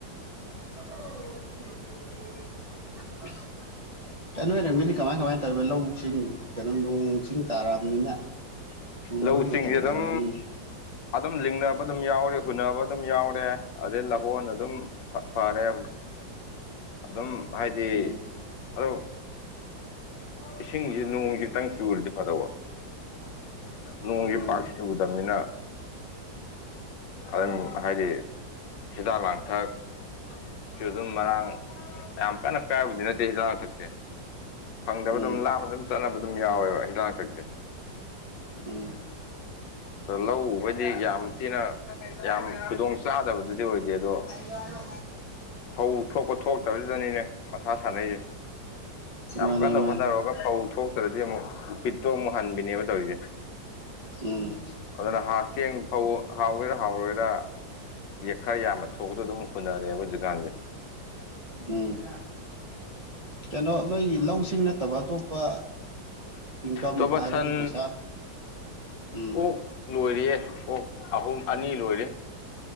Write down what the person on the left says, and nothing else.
ꯂꯧ ꯁꯤꯡꯁꯦ
ꯑꯗꯨꯝ ꯑꯗꯨꯝ ꯂꯤꯡꯅꯕ ꯑꯗꯨꯝ ꯌꯥꯎꯔꯦ ꯍꯨꯟꯅꯅꯕ ꯑꯗꯨꯝ ꯌꯥꯎꯔꯦ ꯑꯗꯩ ꯂꯍꯣꯟ ꯑꯗꯨꯝ ꯐꯥ ꯐꯥꯔꯦ ꯍꯧꯣꯏ ꯑꯗꯨꯝ ꯍꯥꯏꯗꯤ
ꯑꯗꯣ ꯏꯁꯤꯡꯁꯦ ꯅꯣꯡꯁꯤ ꯈꯤꯇꯪ ꯆꯨꯔꯗꯤ ꯐꯗꯧꯕ ꯅꯣꯡꯒꯤ
ꯄꯥꯛ ꯆꯒꯗꯕꯅꯤꯅ ꯑꯗꯨꯝ ꯍꯥꯏꯗꯤ ꯍꯤꯗꯥꯛ ꯂꯥꯡꯊꯛ ꯁꯨ ꯑꯗꯨꯝ ꯃꯔꯥꯡ ꯌꯥꯝ ꯀꯟꯅ ꯀꯥꯏꯕꯗꯤ ꯅꯠꯇꯦ ꯍꯤꯗꯥꯛ ꯂꯥꯡꯊꯛꯁꯦ ꯐꯪꯗꯕ
ꯑꯗꯨꯝ ꯂꯥꯝꯕ ꯑꯗꯨꯝ ꯆꯠꯅꯕ ꯑꯗꯨꯝ ꯌꯥꯎꯋꯦꯕ ꯍꯤꯗꯥꯡꯆꯠꯁꯦ
ꯑꯗꯣ ꯂꯧ ꯎꯕꯩꯗꯤ ꯌꯥꯝ ꯊꯤꯅ ꯌꯥꯝ ꯈꯨꯗꯣꯡ ꯆꯥꯗꯕꯗꯨꯗꯤ ꯑꯣꯏꯗꯦ ꯑꯗꯣ
ꯐꯧ ꯊꯣꯛꯄ ꯊꯣꯛꯛꯇꯕꯁꯤꯗꯅꯤꯅꯦ ꯃꯊꯥ ꯁꯥꯟꯅꯩꯁꯦ ꯌꯥꯝ
ꯀꯟꯅ
ꯍꯣꯠꯅꯔꯨꯔꯒ ꯐꯧ ꯊꯣꯛ ꯈꯔꯗꯤ ꯑꯃꯨꯛ ꯎꯄꯤꯠꯇꯣ ꯑꯃꯨꯛ ꯍꯟꯕꯤꯅꯦꯕ ꯇꯧꯔꯤꯁꯦ
ꯑꯗꯨꯅ ꯆꯦꯡ ꯐꯧ ꯍꯥꯎꯒꯦꯔꯥ ꯍꯥꯎꯔꯣꯏꯔꯥ ꯈꯔ ꯌꯥꯝꯃꯗ ꯊꯣꯛꯄꯇꯣ ꯑꯗꯨꯝ ꯍꯨꯟꯅꯔꯦꯕ ꯍꯧꯖꯤꯛꯀꯥꯟꯁꯦ
ꯇꯣꯕ
ꯁꯟ
ꯑꯣꯛ ꯂꯣꯏꯔꯤꯌꯦ ꯑꯣꯛ ꯑꯍꯨꯝ ꯑꯅꯤ ꯂꯣꯏꯔꯦ